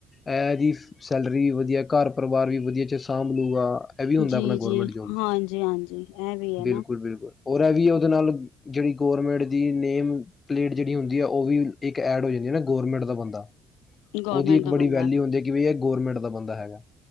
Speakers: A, on the left; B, on the left.
A: ਇਹਦੀ ਸੈਲਰੀ ਵੀ ਵਧੀਆ ਘਰ ਪਰਿਵਾਰ ਵੀ ਵਧੀਆ 'ਚ ਸਾਂਭ ਲੂ ਗਾ ਇਹ ਵੀ ਹੁੰਦਾ,
B: ਜੀ
A: ਆਪਣਾ ਗਮੈਂਟ
B: ਜੀ
A: ਜੋਬ
B: ਹਾਂਜੀ
A: 'ਚ
B: ਹਾਂਜੀ ਇਹ ਵੀ ਹੈ
A: ਬਿਲਕੁਲ,
B: ਨਾ
A: ਬਿਲਕੁਲ ਔਰ, ਇਹ ਵੀ ਉਹਦੇ ਨਾਲ ਜਿਹੜੀ ਗੌਰਮੈਂਟ ਦੀ ਨੇਮ ਪਲੇਟ ਜਿਹੜੀ ਹੁੰਦੀ ਆ, ਉਹ ਵੀ ਇੱਕ ਐਡ ਹੋ ਜਾਂਦੀ ਆ ਨਾ ਗਰਮੈਂਟ ਦਾ ਬੰਦਾ
B: ਗੌਰਮੈਂਟ
A: ਉਹਦੀ ਇੱਕ
B: ਦਾ
A: ਬੜੀ
B: ਬੰਦਾ
A: ਹੁੰਦੇ ਕਿ ਵੀ ਇਹ ਗੌਰਮੈਂਟ ਦਾ ਬੰਦਾ ਹੈਗਾ।